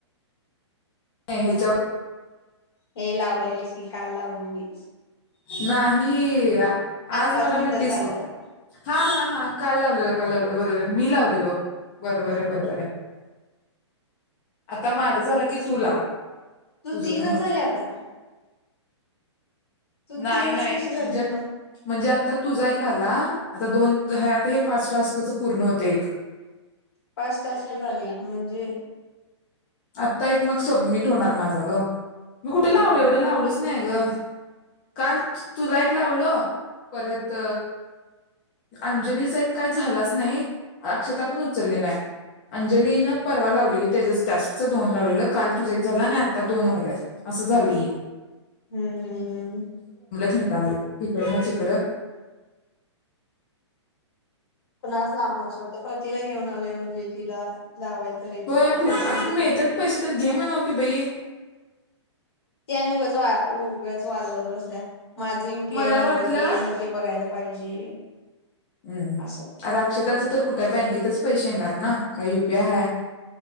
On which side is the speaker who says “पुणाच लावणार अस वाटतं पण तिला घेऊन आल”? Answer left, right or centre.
Left